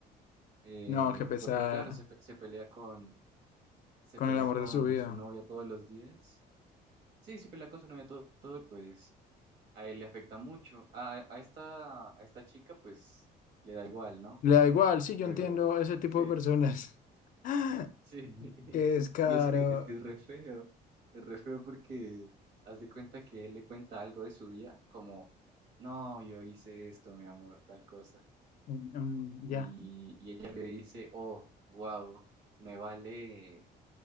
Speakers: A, on the right; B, on the left.
A: Eh,
B: no, que pesar
A: porque claro, se, pe- se pelea con, se
B: con
A: pelea
B: el amor
A: con
B: de su vida.
A: su novia todos los días. Sí, se pelea con su novia todo, todo y pues a él le afecta mucho. A, a esta, a esta chica pues le da igual, ¿no?
B: Le da igual, sí, yo
A: Pero
B: entiendo ese tipo
A: sí,
B: de personas. <laughs>
A: sí. <laughs>
B: Qué descaro.
A: Y es que, es que es re feo. Es re feo porque haz de cuenta que él le cuenta algo de su día, como, no, yo hice esto, mi amor, tal cosa.
B: Mm, mm,
A: y,
B: ya.
A: y ella le dice, oh, wow, me vale